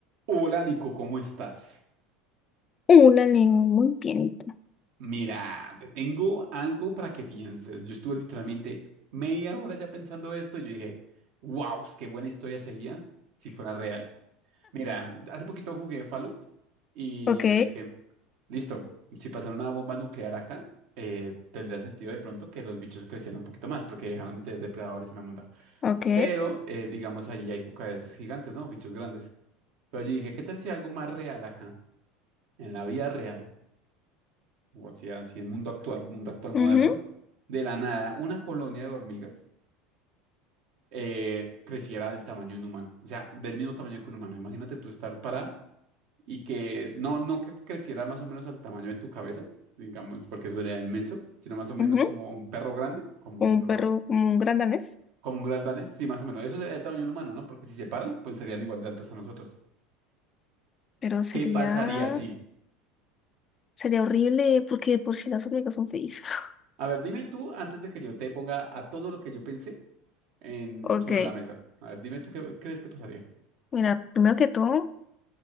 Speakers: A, on the right (about 65°); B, on the left (about 35°).
A: Hola Nico, ¿cómo estás?
B: Uh, la lengua muy pianito.
A: Mira, te tengo algo para que pienses. Yo estuve literalmente media hora ya pensando esto y yo dije, wow, qué buena historia sería si fuera real. Mira, hace poquito jugué Fallout y
B: Ok,
A: yo dije, listo, si pasara una bomba nuclear acá, eh, tendría sentido de pronto que los bichos crecieran un poquito más porque dejaron de ser depredadores y una monda.
B: ok.
A: Pero, eh, digamos, allí hay cucarachas gigantes, ¿no? Bichos grandes. Pero yo dije, ¿qué tal si algo más real acá, en la vida real? o sea, así en mundo actual, mundo actual moderno,
B: Ujú,
A: de la nada, una colonia de hormigas eh, creciera del tamaño de un humano, o sea, del mismo tamaño que un humano. Imagínate tú estar parada y que no, no que creciera más o menos al tamaño de tu cabeza, digamos, porque eso sería inmenso, sino más o menos
B: ujú.
A: como un perro grande, como
B: Como
A: un perro,
B: un perro, como un gran danés.
A: como un gran danés, sí, más o menos. Eso sería el tamaño de un humano, ¿no? Porque si se paran, pues serían igual de altas a nosotros.
B: Pero sería,
A: ¿Qué pasaría así?
B: sería horrible porque de por si las hormigas son feísimas. <laughs>
A: A ver, dime tú, antes de que yo te ponga a todo lo que yo pensé. en,
B: Ok,
A: sobre la mesa. A ver, dime tú qué crees que pasaría.
B: mira, primero que todo,